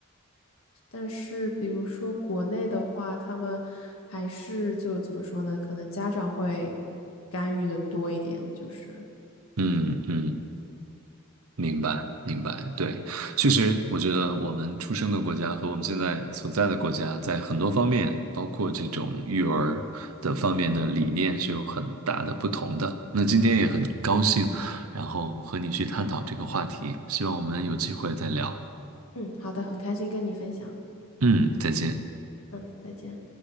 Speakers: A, on the left; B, on the right.
A: 但是，比如说国内的话，他们还是就怎么说呢？可能家长会干预的多一点，就是。
B: 嗯嗯，明白，明白，对，确实，我觉得我们出生的国家和我们现在所在的国家，在很多方面，包括这种育儿的方面的理念是有很大的不同的。那今天也很高兴，然后和你去探讨这个话题，希望我们有机会再聊。
A: 嗯，好的，很开心跟你分享。
B: 嗯，再见。
A: 嗯，再见。